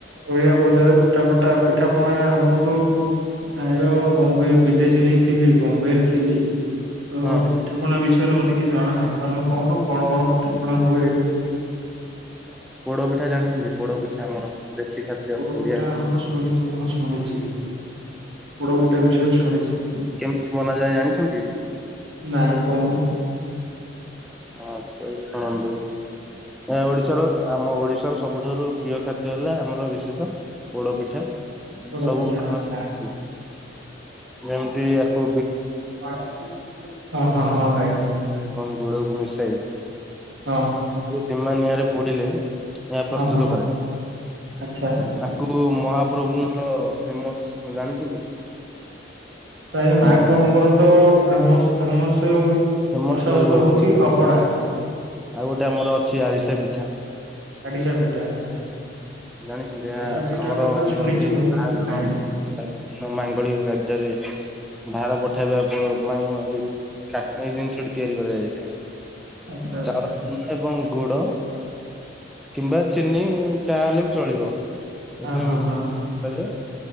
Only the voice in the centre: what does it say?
ହଁ ହଁ।
ପୋଡ଼ପିଠା ଜାଣିଛନ୍ତି? ପୋଡ଼ପିଠା ଆମର ଦେଶୀ ଖାଦ୍ୟ
ଓଡିଆ
କେମିତି ବନାଯାଏ ଜାଣିଛନ୍ତି?
ହଁ, ଚ ଶୁଣନ୍ତୁ। ଏହା ଓଡ଼ିଶାର, ଆମ ଓଡିଶାର ସବୁଠାରୁ ପ୍ରିୟ ଖାଦ୍ୟ ହେଲା, ଆମର ବିଶେଷ ପୋଡ଼ପିଠା
ସବୁ
<unintelligible> କୁହନ୍ତି ଆକୁ
ଏବଂ ଗୁଡ଼ କୁ ମିଶାଇ
କୁ ଧିମା ନିଆଁରେ ପୋଡ଼ିଲେ ଏହା ପ୍ରସ୍ତୁତ
କରେ।
ତାକୁ ମହାପ୍ରଭୁଙ୍କର ଫେମସ୍ <unintelligible> ଜାଣିଛନ୍ତି?
ଫେମସ
ସବୁଠୁ
ପୋଡ ପିଠାଟା
ଆଉ ଗୋଟେ ଆମର ଅଛି, ଆରିସା ପିଠା।
ଜାଣିଛନ୍ତି?
ଆ
ଆମର
ଯେମିତି
ବାହାଘର
<unintelligible> ମାଙ୍ଗଳିକ ରାଜ୍ୟରେ ଭାର ପଠାଇବା ପ ମାଇଁ ଏଇଥ୍ ଆ ଏଇ ଜିନିଷଟି ତିଆରି କରାଯାଇଥାଏ।
ଚାଉଳ କିଲେ ଏବଂ ଗୁଡ଼ କିମ୍ବା ଚିନି ଯାହାହେଲେ ବି ଚଳିବ ଏଥିରେ
ମିକ୍ସ
କଲେ।